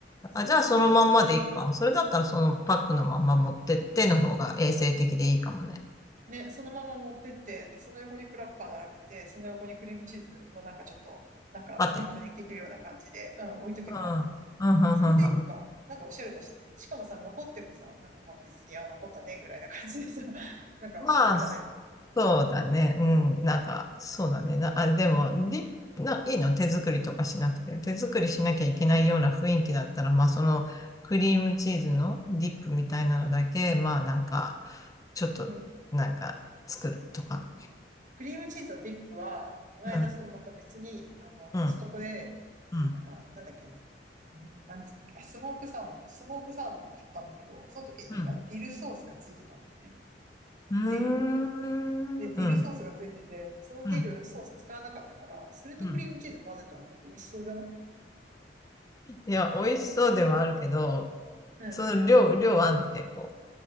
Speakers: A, on the right; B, on the left.
A: それが一番。
B: あ、じゃあそのまんまでいいか。それだったらそのパックのまんま持ってっての方が衛生的でいいかもね。
A: ね、そのまま持ってって、で、その横にクラッカー並べて、その横にクリームチーズのなんかちょっと、なんかディップできるような感じで、
B: パテン。
A: うん、置いとけば、
B: うん。うん、うん、
A: それでいいか。
B: うん、うん。
A: なんかおしゃれだしね。しかもさ、残ってもさ、なんかまあ別に、あ、残ったね、ぐらいな感じでさ、<laughs> なんかショックじゃないもんね。
B: まあ、そうだね。うん。なんか、そうだね。な、あ、でも、リな、いいの手作りとかしなくて。手作りしなきゃいけないような雰囲気だったら、まあそのクリームチーズのディップみたいなのだけ、まあなんか、ちょっと、
A: うん。
B: なんか、作るとか。
A: クリームチーズのディップは、なんかこの間、
B: うん、
A: そのまた別に、あの、
B: うん、
A: コストコで、
B: うん、
A: なんか、なんだっけ、あれ、なん、なんつうんだっけ、あスモークサーモン、スモークサーモンを買ったんだけど、その時になんかディルソースがついてたんだよね。
B: うん。うーん、
A: ディル。で、ディルソースがついてて、
B: うん、
A: そのディルソース使わなかったから、
B: うん、
A: それとクリームチーズ混ぜたらなんか美味しそうじゃない
B: うん。いや、美味しそうではあるけど、
A: うん。
B: その量、量あんの、結構。